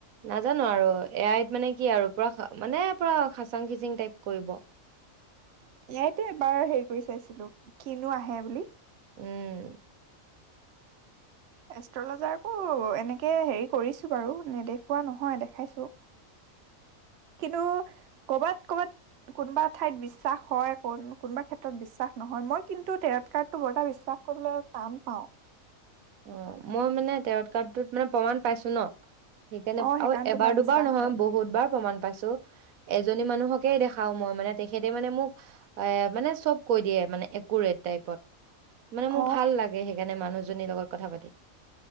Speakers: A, on the right (about 80°); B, on the right (about 60°).
A: নাজানো আৰু এ আইত মানে কি আৰু পুৰা মানে পুৰা খাচাং খিচিং টাইপ কৰিব
B: এই আইটে এবাৰ হেই কৰি চাইছিলো কিনো আহে বুলি
A: উম
B: এষ্ট্ৰলজাৰকো এনেকে হেৰি কৰিছো বাৰু নেদেখুওৱা নহয় দেখাইছো, কিন্তু কবাত-কবাত কোনোবা ঠাইত বিশ্বাস হয় কোনোবা ক্ষেত্ৰত বিশ্বাস নহয়, মই কিন্তু তেৰট কাৰ্ডটো বৰটা বিশ্বাস কৰিবলৈ টান পাওঁ ৷
A: অ মই মানে তেৰ কাৰটোত মানে প্ৰমাণ পাইছো ন সেইকাৰণে
B: অ
A: আৰু এবাৰ
B: তোমাৰ
A: দুবাৰ
B: বিশ্বাস
A: নহয়
B: হয়
A: বহুত বাৰ প্ৰমাণ পাইছো ৷ এজনী মানুহকে দেখাও মই মানে তেখেতে মানে মোক এ মানে চব কৈ দিয়ে মানে একুৰেট টাইপত মানে মোৰ
B: অ
A: ভাল লাগে সেইকাৰণে মানুহ জনিলগত কথা পাতি